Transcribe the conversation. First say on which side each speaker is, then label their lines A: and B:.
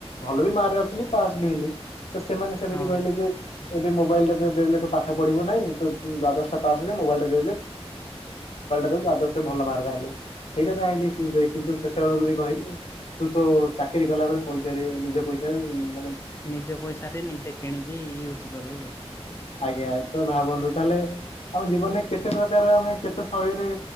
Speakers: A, on the left; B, on the left.
A: ଭଲ ବି ମାର୍କ ରଖିଲି। ପାସ୍ ବି ହେଲି ତ ସେମାନେ ସେମିତି
B: ହଁ ଭାଇ
A: କହିଲେ ଯେ ଏବେ ମୋବାଇଲରେ ଦେଲେ ତ ପାଠ ପଢିବୁ ନାହିଁ ତ ଦ୍ବାଦଶ ପାସ୍ ହେଇଯା ମୋବାଇଲ ମୋବାଇଲ ଟେ ଦେବୁ ଦ୍ବାଦଶ ରେ ଭଲ ମାର୍ଗ ଆଣିଲେ। ସେଇଟା ବି ଆ ଲେଖ କିନ୍ତୁ ସେତେବେଳକୁ ବି କହିଲେ ତୁ ତ ଚାକିରି କଲାବେଳେ ପଇସାରେ ନିଜେ ପଇସା <unintelligible>
B: ନିଜ ପଇସାରେ ନିଜେ କିଣିକି ୟୁଜ କରୁ।
A: ଆଜ୍ଞା, ତ ଭାବନ୍ତୁ ତାହେଲେ ଆମ ଜୀବନରେ କେତେ ପ୍ରକାର, ମାନେ କେତେ ଶୈଳୀରେ